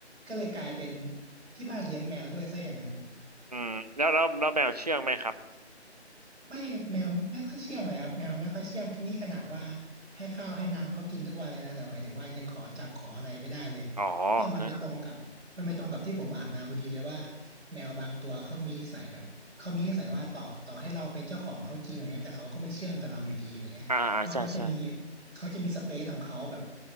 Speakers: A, on the right; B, on the right.
A: ก็เลยกลายเป็นที่บ้านเลี้ยงแมวด้วยซะอย่างนั้น
B: อืมแล้วแล้วแล้วแมวเชื่องไหมครับ
A: ไม่แมวไม่ค่อยเชื่องเลยครับแมวไม่ค่อยเชื่องนี่ขนาดว่าให้ข้าวให้น้ำเขากินทุกวันเลยนะแต่หมายถึงว่ายังขอจับขออะไรไม่ได้เลย
B: อ๋อ
A: เนี่ยมันไปตรงกับมันไปตรงกับที่ผมอ่านมาพอดีเลยว่า
B: อ
A: แมวบางตัวเขามีนิสัยแบบเขามีนิสัยว่าต่อต่อให้เราเป็นเจ้าของเขาจริงอะไรเงี้ยแต่เขาก็ไม่เชื่องกับเราอยู่ดีอะไรเงี้ยเพราะเขาจะอ่ามี
B: ่าอ่าใช่ใช่
A: เขาจะมีสเปซของเขาแบบ